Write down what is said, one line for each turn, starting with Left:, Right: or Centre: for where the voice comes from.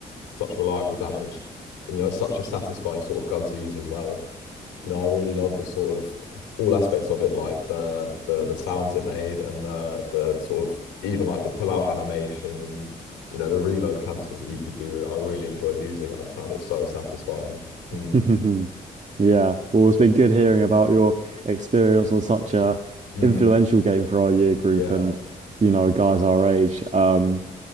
Left: such reliable damage, and you know, it's such a satisfying sort of gun to use as well. You know, I really love the sort of all aspects of it, like the the the sounds it made and the the sort of even like the pull out animation and you know the reload cancels that you could do with it. I really enjoyed using it. I just found it so satisfying. Mm.
Right: Mm. <laughs> Yeah, well, it's been good hearing about your experience on such a
Left: Mm.
Right: influential game for our year group
Left: Yeah.
Right: and you know guys our age. Um,